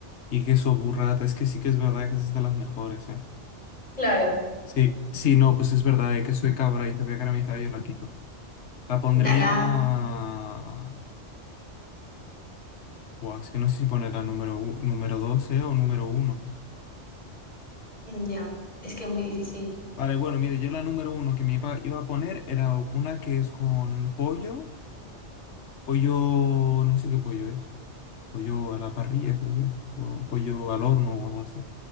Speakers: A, on the left; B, on the left.
A: y queso burrata. Es que sí que es verdad que esa es de las mejores, ¿eh?
B: Claro.
A: Sí, sí, no, pues es verdad, eh, que soy cabra y te voy a caramizar y yo la quito. La pondría...
B: Dala,
A: Buah, es que no sé si poner la número, u- número 12 o número uno
B: ya, es que es muy difícil.
A: Vale, bueno, mire, yo la número uno que me iba, iba a poner era una que es con pollo, pollo, no sé qué pollo es, pollo a la parrilla creo que es, o pollo al horno o algo así,